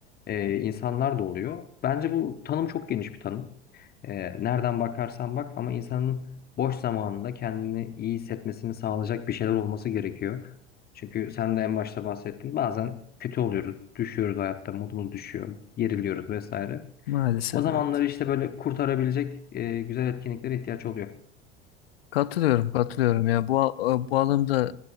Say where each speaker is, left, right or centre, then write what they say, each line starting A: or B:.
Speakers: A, on the left; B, on the left.
A: e, insanlar da oluyor. Bence bu tanım çok geniş bir tanım. E, nereden bakarsan bak ama insanın boş zamanında kendini iyi hissetmesini sağlayacak bir şeyler olması gerekiyor. Çünkü sen de en başta bahsettin. Bazen kötü oluyoruz, düşüyoruz hayatta, modumuz düşüyor, geriliyoruz vesaire.
B: Maalesef
A: O zamanları
B: evet.
A: işte böyle kurtarabilecek e, güzel etkinliklere ihtiyaç oluyor.
B: Katılıyorum, katılıyorum ya. Bu a- bu alımda